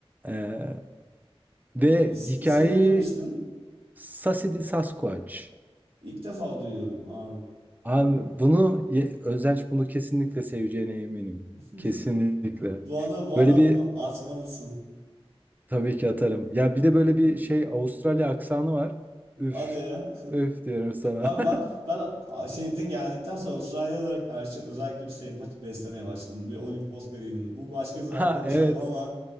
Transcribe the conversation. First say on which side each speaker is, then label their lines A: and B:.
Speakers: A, on the right; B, on the right.
A: Ee, ve
B: İs,
A: hikayeyi
B: ismi ne demiştin?
A: Sassy the Sasquatch
B: İlk defa duyuyorum abi.
A: Abi bunu Ye- Özdenç bunu kesinlikle seveceğine eminim.
B: <laughs>
A: Kesinlikle.
B: Bana bana
A: Böyle bir
B: bunu atmalısın.
A: tabii ki atarım. Ya bir de böyle bir şey Avustralya aksanı var. Üf.
B: Hadi ya.
A: Üf diyorum sana.
B: Abi
A: <laughs>
B: ben ben a- şeyde geldikten sonra Avustralyalılara karşı özellikle bir sempati beslemeye başladım. Bir Olimpos deneyimini. Bu başka bir zaman
A: Ha
B: konuşalım
A: evet.
B: ama